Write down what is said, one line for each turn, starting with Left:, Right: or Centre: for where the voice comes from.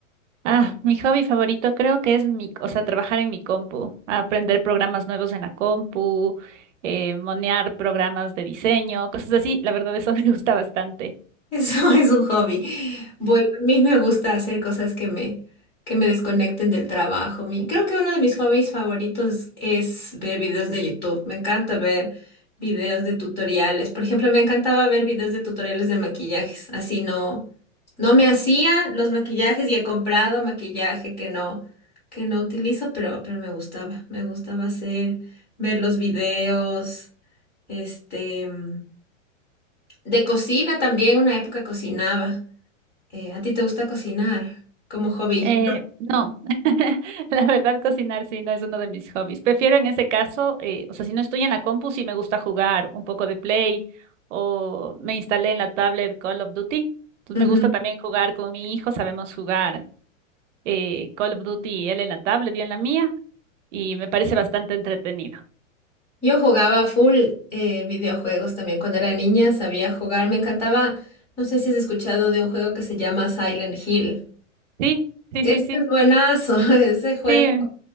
Right: Ah, mi hobby favorito creo que es mi, o sea, trabajar en mi compu, aprender programas nuevos en la compu, eh, monear programas de diseño, cosas así. La verdad, eso <laughs> me gusta bastante.
Left: Eso es un hobby. Bueno, a mí me gusta hacer cosas que me, que me desconecten del trabajo. Mi, creo que uno de mis hobbies favoritos es ver videos de YouTube. Me encanta ver videos de tutoriales. Por ejemplo, me encantaba ver videos de tutoriales de maquillajes. Así no, no me hacía los maquillajes y he comprado maquillaje que no, que no utilizo, pero, pero me gustaba. Me gustaba hacer, ver los videos. Este, mm, de cocina también, una época cocinaba. Eh, ¿a ti te gusta cocinar como hobby?
Right: Eh, no, <laughs> la verdad cocinar sí no es uno de mis hobbies. Prefiero en ese caso, eh, o sea, si no estoy en la compu, sí me gusta jugar un poco de Play o me instalé en la tablet Call of Duty. Entonces
Left: Ujú.
Right: me gusta también jugar con mi hijo, sabemos jugar eh, Call of Duty, él en la tablet, yo en la mía, y me parece bastante entretenido.
Left: Yo jugaba full eh, videojuegos también cuando era niña, sabía jugar, me encantaba, no sé si has escuchado de un juego que se llama Silent Hill.
Right: Sí, sí,
Left: Este
Right: sí, sí,
Left: es buenazo, <laughs> ese juego.
Right: sí,